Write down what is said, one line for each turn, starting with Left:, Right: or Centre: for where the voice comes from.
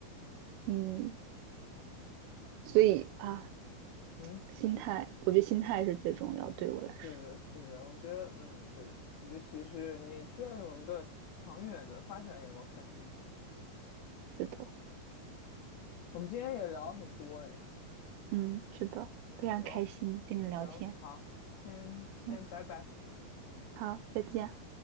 Right: 嗯，
Left: 嗯
Right: 所以啊
Left: 嗯，
Right: 心态，我觉得心态是最重要，对我来说，
Left: 是的，是的，我觉得嗯，对，我觉得其实你需要有一个长远的发展眼光看自己。
Right: 是的，
Left: 我们今天也聊了很多，哎，
Right: 嗯，是的，非常开心跟你聊天，
Left: 行行，好，先先拜拜。
Right: 嗯，好，再见。